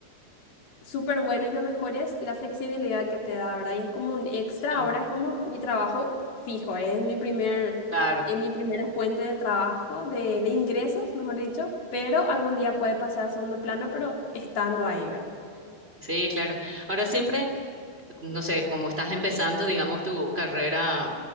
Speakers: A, on the left; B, on the right.
A: súper bueno y lo mejor es la flexibilidad que te da, ¿verdad? Y es como un extra,
B: exacto.
A: ahora es como mi trabajo fijo, es mi primer,
B: Claro,
A: eh, mi primera fuente de trabajo, de, de ingresos, mejor dicho, pero algún día puede pasar a segundo plano, pero estando ahí, ¿verdad?
B: sí, claro. Ahora siempre, no sé, como estás empezando, digamos, tu carrera